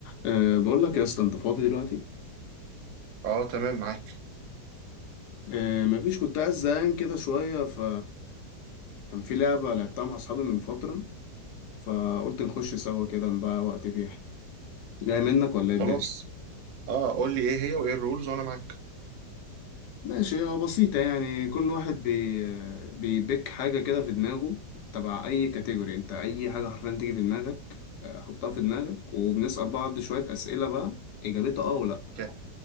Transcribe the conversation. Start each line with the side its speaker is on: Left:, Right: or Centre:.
Left: أه بقول لك يا اسطى انت فاضي دلوقتي
Right: اه تمام معاك
Left: أه مفيش كنت عايز زهقان كده شويه ف كان في لعبه لعبتها مع اصحابي من فتره فقلت نخش سوا كده نضيع وقت فيها جاي منك ولا ايه
Right: خلاص
Left: الدنيا
Right: اه قول لي ايه هي وايه الرولز وانا معاك
Left: ماشي هو بسيطه يعني كل واحد بي بيبيك حاجه كده في دماغه تبع اي كاتيجوري انت اي حاجه حرفيا تيجي في دماغك آه، حطها في دماغك وبنسال بعض شويه اسئله بقى اجابتها اه ولا لأ.
Right: ك-